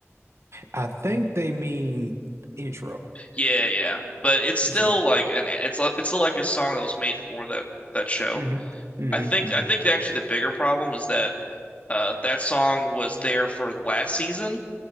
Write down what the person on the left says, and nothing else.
Yeah, yeah. But it's still
like an it's li- it's still like a song that was made for that that show.
I think
I think actually the bigger problem is that. Uh, that song was there for last season,